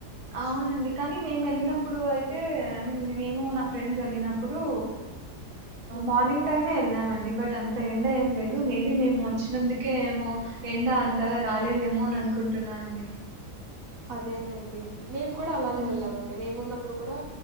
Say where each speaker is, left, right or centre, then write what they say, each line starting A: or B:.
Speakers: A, on the right; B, on the right.
A: అవునండి కానీ మేము వెళ్ళినప్పుడు అయితే ఐ మీన్ మేము నా ఫ్రెండ్స్ వెళ్ళినప్పుడు
B: హ్మ్
A: మార్నింగ్ టైమే ఎల్లమండి అ బట్ అంత ఎండ ఏం లేదు మేబీ మేము వచ్చినందుకే ఏమో ఎండ అంతగా రాలేదేమోనన్ అనుకుంటున్నానండి
B: అదేనండి మేము కూడా అలానే
A: హ్మ్.
B: వెళ్ళమండి మేమున్న ఇప్పుడు కూడా